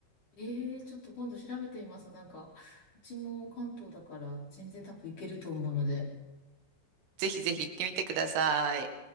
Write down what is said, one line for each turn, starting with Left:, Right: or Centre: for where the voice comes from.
Left: ええー、ちょっと今度調べてみます。なんか、うちも関東だから全然多分行けると思うので。
Right: ぜひぜひ行ってみてください。